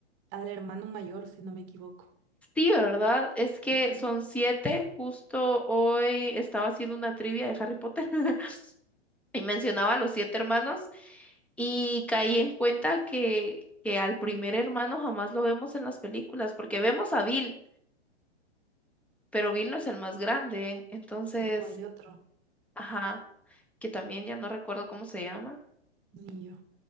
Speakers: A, on the right; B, in the centre.
A: al hermano mayor, si no me equivoco.
B: sí, ¿verdad? Es que
A: Ujú.
B: son siete. Justo hoy estaba haciendo una trivia de Harry Potter <laughs> y mencionaba a los siete hermanos y caí en cuenta que, que al primer hermano jamás lo vemos en las películas, porque vemos a Bill, pero Bill no es el más grande. Entonces,
A: No hay otro,
B: ajá, que también ya no recuerdo cómo se llama.
A: ni yo.